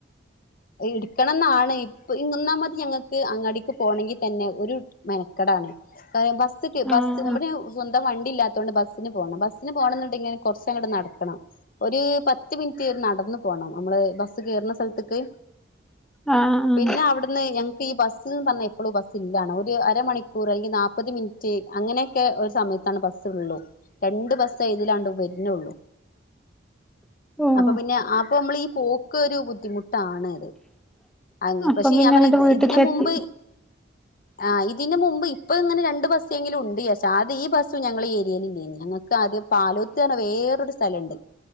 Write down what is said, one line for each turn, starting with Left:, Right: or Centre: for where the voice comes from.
Left: ഇട്ക്കണംന്നാണ് ഇപ്പ് ഒന്നാമത് ഞങ്ങക്ക് അങ്ങാടിക്ക് പോണങ്കിൽ തന്നെ ഒരു മെനക്കടാണ്. ഏഹ് ബസ്സ്ക്ക് ബസ്സ്
Centre: ആഹ്
Left: നമ്മടെ സ്വന്തം വണ്ടി ഇല്ലാത്തോണ്ട് ബസ്സിന് പോണം. ബസ്സിന് പോണം ന്നുണ്ടെങ്കി കൊറച്ചങ്ങട് നട ക്കണം ഒര് പത്ത് മിനിറ്റ് നടന്ന് പോണം നമ്മള് ബസ് കേറുന്ന സ്ഥലത്ത്ക്ക്.
Centre: ആഹ് ആഹ് ആഹ്
Left: പിന്നെ അഒടുന്ന് ഞങ്ങക്ക് ഈ ബസ്സ് ന്ന് പർഞ്ഞാ എപ്പളും ബസ്സ് ഇല്ലാണ് ഒരു അരമണിക്കൂറ് അല്ലെങ്കിൽ നാല്പ്പത് മി റ്റ് അങ്ങനെയൊക്കെ ഒരു സമയത്താണ് ബസ്സ് ഉള്ളൂ. രണ്ട് ബസ്സ് ഇതിലാണ്ട് വരുണള്ളു.
Centre: ഓഹ്
Left: അപ്പം പിന്നെ അപ്പൊ നമ്മൾ ഈ പോക്ക് ഒരു ബുദ്ധിമുട്ടാണ്. അങ്ങനെ
Centre: അപ്പം
Left: പക്ഷെ
Centre: പിന്നെ
Left: ഞാൻ പറ്യ
Centre: ഇങ്ങട്ട്
Left: ഇത്
Centre: വീട്ട്ക്ക്
Left: ഇതിന് മുമ്പ്
Centre: എത്തി
Left: ആഹ് ഇതിന് മുമ്പ് ഇപ്പൊ ഇങ്ങനെ രണ്ട് ബസ്സെങ്കിലും ഉണ്ട് ചാരിച്ച. ആദ്യം ഈ ബസ്സ് ഞങ്ങളെ ഏരിയൽ ഇല്ലേനി. ഞങ്ങക്ക് ആദ്യം പാലോത്ത് പർഞ്ഞ വേറൊരു സ്ഥലം ഇണ്ട്.